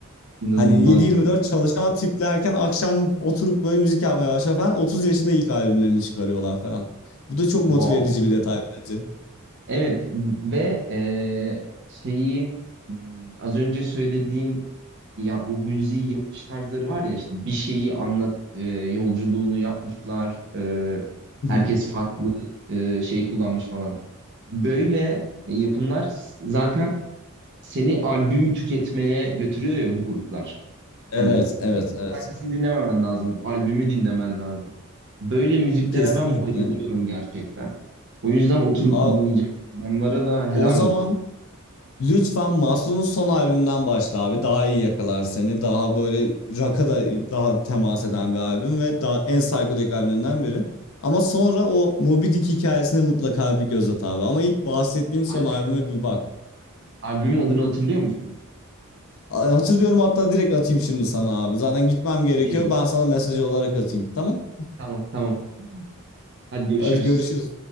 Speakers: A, on the right; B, on the left.
A: İnanılmaz.
B: Hani 7-24 çalışan tiplerken akşam oturup böyle müzik yapmaya başlıyor falan. 30 yaşında ilk albümlerini çıkarıyorlar falan. Bu da çok
A: Wow.
B: motive edici bir detay bence.
A: Evet ve eee, şeyi hmm, az önce söylediğin ya bu müziği yapış tarzları var ya işte bir şeyi anlat eee, yolculuğunu yapmışlar eee,
B: <laughs>
A: herkes farklı eee, şey kullanmış falan. Böyle e, yapımlar zaten seni albüm tüketmeye götürüyor ya bu gruplar.
B: Evet,
A: Hani
B: evet, evet.
A: şarkısını dinlememen lazım. Albümü dinlemen lazım. Böyle müziklere
B: Kesinlikle.
A: ben bayılıyorum gerçekten. O yüzden oturup
B: A-
A: dinleyeceğim. Adamlara da helal
B: O zaman
A: olsun.
B: Lütfen Maslow'un son albümünden başla abi. Daha iyi yakalar seni. Daha böyle rock'a da daha temas eden bir albüm ve daha en psikodelik albümlerinden biri. Ama sonra o Moby Dick hikayesine mutlaka bir göz at abi. Ama ilk bahsettiğim son
A: Albüm,
B: albüme bir bak.
A: albümün adını hatırlıyor musun?
B: A- Hatırlıyorum hatta direkt atayım şimdi sana abi. Zaten gitmem
A: Çok
B: gerekiyor.
A: iyi olur.
B: Ben sana mesaj olarak atayım. Tamam?
A: Tamam tamam. Hadi görüşürüz.
B: Hadi görüşürüz.